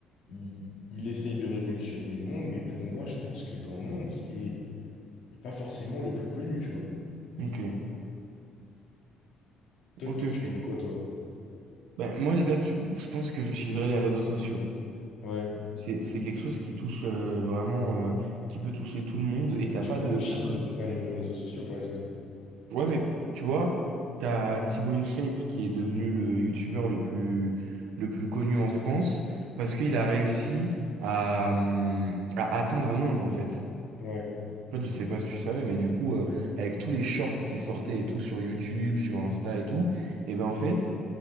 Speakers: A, on the left (about 60°); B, on the right (about 90°).
A: il, il essaye de révolutionner le monde, mais pour moi, je pense que dans le monde, il est, il est pas forcément le plus connu, tu vois.
B: Ok.
A: Toi,
B: Ok,
A: toi,
B: ok.
A: tu ferais quoi, toi?
B: Ben, moi déjà, tu- je pense que j'utiliserai les réseaux sociaux.
A: Ouais.
B: C'est c'est quelque chose qui touche euh, vraiment, euh, qui peut toucher tout le monde. Et t'as
A: Et tu
B: pas
A: vois,
B: de,
A: en Chine,
B: t'as pas de-
A: ils n'ont pas les mêmes réseaux sociaux, par exemple.
B: Ouais, mais tu vois, t'as Thibaut InShape qui est devenu le youtubeur le plus, le plus connu en France parce qu'il a réussi à, hum, à atteindre l'Inde en fait.
A: Ouais.
B: En fait, je sais pas si tu savais, mais du coup, euh, avec tous les shorts qui sortaient et tout sur YouTube, sur Insta et tout, et ben en fait.